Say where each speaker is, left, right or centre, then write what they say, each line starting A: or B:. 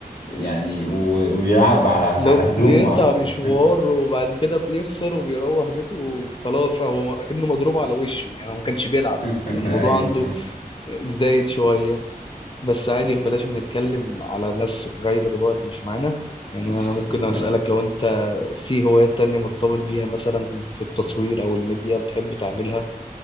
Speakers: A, on the left; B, on the left.
A: يعني و... وبيلعب على على
B: لو بيقطع
A: هدومه حرفيا
B: مشوار وبعد كده بيخسر وبيروح بيته وخلاص هو اكنه مضروب على وشه يعني هو ما كانش بيلعب
A: <laughs>
B: الموضوع
A: ايوه
B: عنده
A: ايوه
B: زايد شوية بس عادي بلاش نتكلم على ناس غايبة دلوقتي مش معانا يعني
A: <laughs>
B: أنا ممكن أسألك لو أنت في هوايات تانية مرتبط بيها مثلا في التصوير أو الميديا بتحب تعملها